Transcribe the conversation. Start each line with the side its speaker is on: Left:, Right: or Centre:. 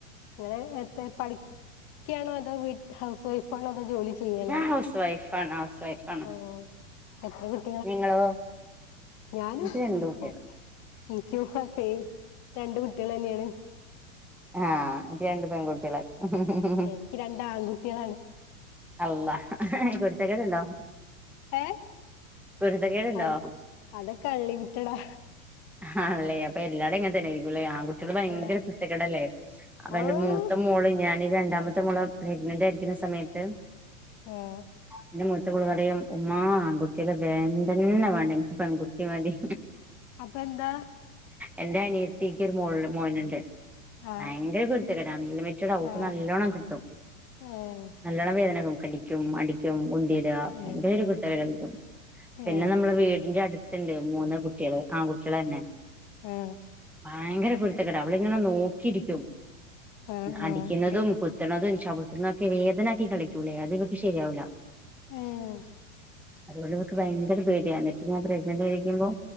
Left: ഇങ്ങനെ നേര്ത്തെ പഠിക്ക്‌ യാണോ അതോ വീ ഹൗസ് വൈഫ് പ്പോള്ളത് ജോലി ചെയ്യാലോ
Centre: ഞാൻ ഹൗസ് വൈഫാണ് ഹൗസ് വൈഫാണ്
Left: ഓഹ് എത്ര കി
Centre: നിങ്ങളോ?
Left: ഞാനും
Centre: എനിക്ക് രണ്ട്
Left: സേയ്ഫ
Centre: കുട്ടികള്
Left: എനിക്കും സേ രണ്ട് കുട്ടികളന്നേണ്
Centre: ആഹ് എനിക്ക് രണ്ട് പെൺകുട്ടികള് <inaudible>
Left: ഏഹ് എനിക്ക് രണ്ടാൺകുട്ടിയാ
Centre: അല്ലാഹ് ഏഹ് കുരുത്തക്കേടുണ്ടോ?
Left: ഏഹ്
Centre: കുരുതകേട്ണ്ടോ?
Left: അത് അതൊക്കെ അൾലിമിറ്റടാ
Centre: ആണല്ലേ അപ്പൊ എല്ലാടും അങ്ങനെ തന്നെയായിരിക്കുംല്ലേ ആ കുട്ടികട് ഭയങ്കര
Left: ഏഹ്
Centre: കുരു തക്കേടല്ലേ? അപ്പൊ
Left: ആഹ്
Centre: എന്റെ മൂത്ത മോള് ഞാനി രണ്ടാമത്തെ മോളെ പ്രഗ്നന്റ് ആയിരിക്കുന്ന സമയത്ത്
Left: ആഹ്‌
Centre: എന്റെ മൂത്തമോള് പറയും ഉമ്മാ ആൺ കുട്ടിനെ വേൻണ്ടന്നെ വേണ്ട എനിക്ക് പെൺകുട്ടി മതി
Left: അപ്പന്താ
Centre: എന്റെ അനിയത്തിക് ഒരു മോൾ മോന്ണ്ട്
Left: ആഹ്
Centre: ഭയങ്കര കുരു ക്കേടാണ് അൺലിമിറ്റടാ ഓക്ക്
Left: ആഹ്
Centre: നല്ലോണ്ണം കിട്ടും
Left: ഏഹ്
Centre: നല്ലണം വേദനകും കടിക്കും അടിക്കും ഉന്തി ടാ
Left: ഏഹ്
Centre: ഭയങ്കര ഒരു കുരുത്തക്കേട് കളിക്കും പിന്നെ
Left: ഏഹ്
Centre: നമ്മള് വീടിന്റെ അടുത്തുണ്ട് മൂന്ന് കുട്ടികള് ആൺ കുട്ടികളെന്നെ
Left: ഉം
Centre: ഭയങ്കര കുരുത്തക്കെടാ അവളിങ്ങനെ നോക്കിയിരിക്കും
Left: ആഹ്
Centre: അടിക്കുന്നതും
Left: ആഹ് അതെ
Centre: കു ത്ത്ണതും ചവിട്ടണതൊക്കെ വേദനാക്കി കളിക്കൂലെ അതെനിക്ക് ശരിയാവൂല്ല
Left: ഉം
Centre: അതുകൊണ്ട് അവക്ക് ഭയങ്കര പേടിയാണ് എന്നിട്ട് ഞാൻ പ്രെഗ്നന്റ് ആയിരിക്കുമ്പോ